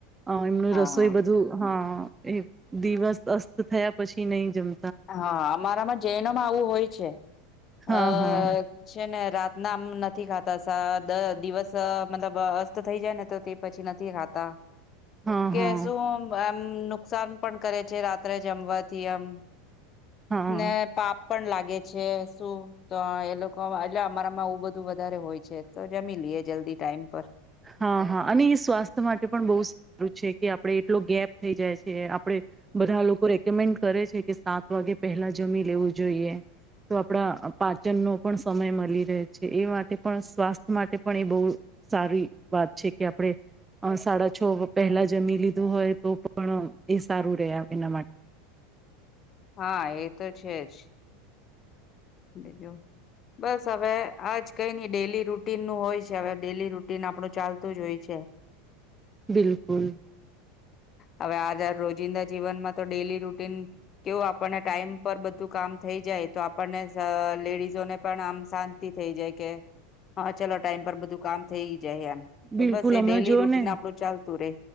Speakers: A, on the right; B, on the left.
A: હ એમનું
B: હા,
A: રસોઈ બધું હા. એ દિવસ અસ્ત થયા પછી નહી જમ
B: હા અમારામાં જૈનોમાં આવું હોય છે.
A: હા
B: અ અ
A: હા
B: અ છે ને રાત ના આમ નથી ખાતા સા દિવસ મતલબ અસ્ત થઈ જાય ને તો તે પછી નથી ખાતા.
A: હા
B: કે
A: હા
B: શું બા મમ નુકસાન પણ કરે છે રાત્રે જમવાથી આમ
A: હા
B: ને પાપ પણ લાગે છે. શું તો એ લોકો એટલે અમારામાં આવું બધું વધારે હોય છે તો જમી લઈએ જલ્દી ટાઈમ પર.
A: હા, હા, અને એ સ્વાસ્થ્ય માટે પણ બહુ સારું છે કે આપણેે એટલો ગેપ થઈ જાય છે આપણે બધા લોકો રેકમેન્ડ કરે છે કે સાત વાગે પહેલા જમી લેવું જોઈએ તો આપડા પાચનનો પણ સમય મળી રહે છે એ માટે પણ સ્વાસ્થ્ય માટે પણ એ બહુ સારી વાત છે કે આપણે સાડા છ પહેલા જમી લીધું હોય તો પણ એ સારું રહે આપણા માટે.
B: હા, એ તો છે જ. બીજું બસ હવે આજ કઈ નઈ ડેલી રુટીનનું હોય છે હવે ડેલી રુટીન આપડું ચાલતું જ હોય છે.
A: બિલકુલ.
B: હવે આ જા રોજિંદા જીવનમાં તો ડેલી રૂટીન કેવું આપણને ટાઈમ પર બધું કામ થઈ જાય તો આપણને લેડીઝો ને પણ આમ શાંતિ થઈ જાય કે હા, ચાલો ટાઈમ પર બધું કામ થઈ જાય એમ તો
A: બિલકુલ
B: બસ એ
A: હમણાં
B: ડેલી
A: જોઓ
B: રૂટીન
A: ને
B: આપણું ચાલતું રે